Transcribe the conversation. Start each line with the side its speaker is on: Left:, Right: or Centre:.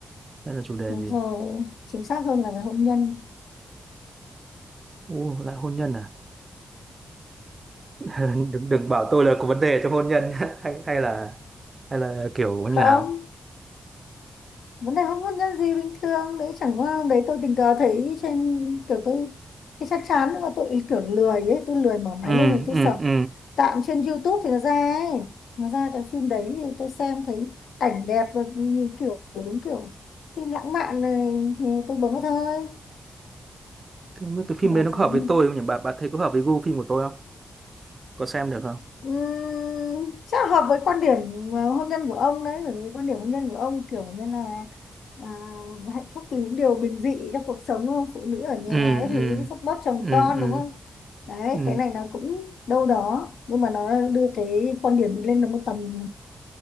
Right: hay là chủ đề
Left: đúng
Right: gì?
Left: rồi chính xác hơn là về hôn nhân
Right: Ồ lại hôn nhân à? <laughs> Đừng đừng bảo tôi là có vấn đề trong hôn nhân nhá. <laughs> hay hay là hay là kiểu như
Left: không
Right: nào?
Left: vấn đề hôn hôn nhân gì bình thường đấy chẳng qua hôm đấy tôi tình cờ thấy trên kiểu tôi thì chắc chắn nhưng mà tôi kiểu lười ấy tôi lười mở máy
Right: Ừ
Left: lên thì tôi
Right: ừ
Left: sợ
Right: ừ.
Left: tạm trên YouTube thì nó ra ấy nó ra cái phim đấy thì tôi xem thấy ảnh đẹp và nhìn kiểu đúng kiểu phim lãng mạn này thì tôi bấm vào thôi
Right: Thế không biết cái phim
Left: để
Right: đấy nó
Left: gì
Right: có hợp với tôi không nhỉ? Bà bà thấy có hợp với gu phim của tôi không? Có xem được không?
Left: Ừm, chắc là hợp với quan điểm ờ, hôn nhân của ông đấy bởi vì quan điểm hôn nhân của ông kiểu như là à, hạnh phúc từ những điều bình dị trong cuộc sống đúng không phụ nữ ở nhà
Right: ừ
Left: các thứ
Right: ừ
Left: support chồng
Right: ừ
Left: con
Right: ừ
Left: đúng không đấy
Right: ừ
Left: cái này nó cũng đâu đó nhưng mà nó đưa cái quan điểm lên được một tầm